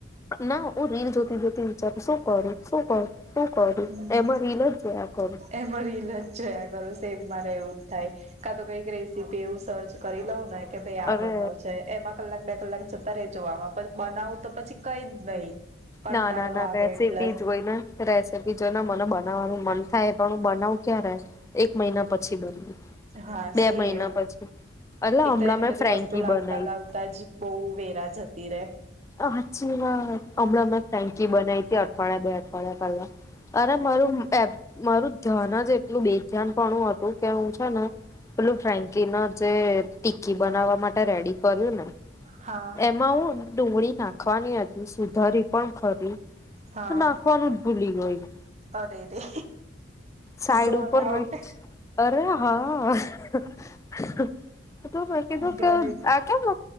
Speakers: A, on the left; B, on the right.
A: ના હ રીલ જોતી જોતી વિચાર શું કરું શું કરું શું કરું
B: હમ
A: એમાં રીલ જ જોયા કરું
B: એમા રીલજ જોયા કરું મારે એવું જ થાય કા તો કઈક રેસીપી એવું સર્ચ કરી લઉં ને કે ભાઈ આ
A: હવે
B: બનાવ છે એમાં કલાક બે કલાક જતા જોવામાં પણ બનાવું તો પછી કઈ જ નહી કંટાળો
A: ના ના ના
B: આવે
A: રેસિપી
B: એટલે
A: જોય ને રેસિપી જો ને મને બનાવવાનું મન થાય પણ હું બનાવું ક્યાં રે એક મહિના પછી બનવું
B: હા
A: બે
B: સેમ
A: મહિના પછી એટલે
B: એક
A: હમણાં
B: તો એની
A: મેં
B: બધી
A: ફ્રેન્કી
B: વસ્તુ લાવતા
A: બનાવી
B: લાવતા જ બહુ વેરા જ તીરે
A: અ હાચી વાત હમણાં અમે ફેંકી બનાવી હતી અઠવાડિયા બે અઠવાડિયા પેલા અરે મારું મારું ધ્યાન જ એટલું બે ધ્યાન પણું હતું કે હું છે ને પેલું ફ્રેન્કી ન જે ટીકી બનાવવા માટે રેડી કર્યું ને
B: હા હા
A: એમાં હું ડુંગળી નાખવાની હતી સુધારી પણ ખરી
B: હા
A: તો નાખવાનું જ ભૂલી ગય
B: અરે રે
A: સાઈડ
B: ઝોન
A: ઉપર
B: આઉટ
A: રહી અરે હા મે કીધું મેં કીધું
B: ભાઈ
A: કે આ કેમ